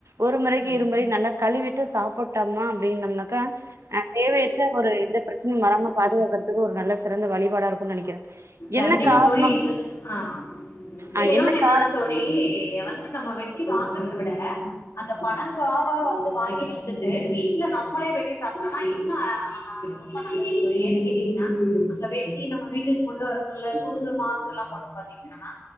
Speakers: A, on the right; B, on the left.
A: ஒரு மொறைக்கு
B: ம்
A: இரு மொறை நல்லா கழுவிட்டு சாப்ப ட்டம்னா அப்டின்னம்னாக்க அ தேவையற்ற ஒரு இந்த பிரச்சனையு வராம பாதுகாக்றதுக்கு ஒரு நல்ல சிறந்த வழிபாடா இருக்கு நெனைக்கறே. என்ன
B: கண்டிப்பா
A: காரணம்
B: தோழி இதுல ஆ இதுல
A: அ
B: இன்னொன்னு
A: என்ன
B: என்னன்னா
A: காரணம்
B: தோழி வந்து நம்ம வெட்டி வாங்கறத விட அந்த பனங்காவா வந்து வாங்கி வந்துட்டு வீட்ல நம்மளே வெட்டி சாப்ட்டோன்னா இன்ன அ ரொம்ப நல்லது தோழி. ஏன்னு கேட்டீங்கன்னா அங்க வெட்டி நம்ம வீட்டுக்கு கொண்டு வர சூழல், தூசு, மாசு எல்லா படு பாத்தீங்ன்னா.